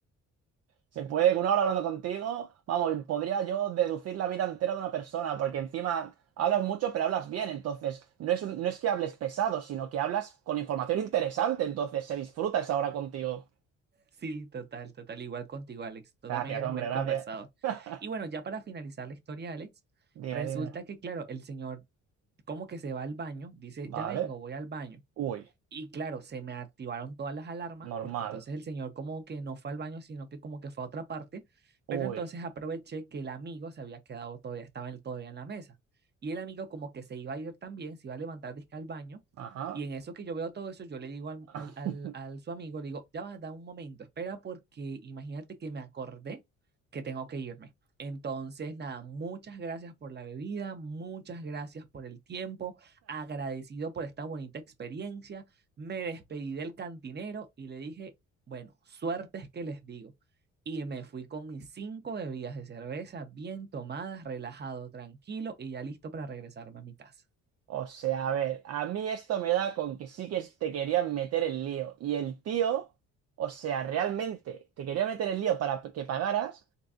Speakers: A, on the right; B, on the right.
A: Se puede que una hora hablando contigo, vamos, podría yo deducir la vida entera de una persona, porque encima hablas mucho, pero hablas bien, entonces no es, un- no es que hables pesado, sino que hablas con información interesante, entonces se disfruta esa hora contigo.
B: Sí, total, total. Igual contigo, Alex. Tú
A: Gracias,
B: también eres
A: hombre,
B: buen
A: gracias.
B: conversador.
A: <laughs>
B: Y bueno, ya para finalizar la historia, Alex,
A: Dime,
B: resulta
A: dime.
B: que, claro, el señor como que se va al baño, dice,
A: Vale.
B: ya vengo, voy al baño.
A: Uy,
B: Y claro, se me activaron todas las alarmas
A: normal.
B: porque entonces el señor como que no fue al baño, sino que como que fue a otra parte,
A: Uy,
B: pero entonces aproveché que el amigo se había quedado todavía, estaba él todavía en la mesa. Y el amigo como que se iba a ir también, se iba a levantar disque al baño.
A: ajá.
B: Y en eso que yo veo todo eso, yo le digo al,
A: <laughs>
B: al, al, al su amigo, le digo, ya va, da un momento, espera porque imagínate que me acordé que tengo que irme. Entonces, nada, muchas gracias por la bebida, muchas gracias por el tiempo, agradecido por esta bonita experiencia me despedí del cantinero y le dije, bueno, suerte es que les digo. Y me fui con mis cinco bebidas de cerveza bien tomadas, relajado, tranquilo y ya listo para regresarme a mi casa.
A: O sea, a ver, a mí esto me da con que sí que te querían meter el lío. Y el tío, o sea, realmente te quería meter el lío para que pagaras,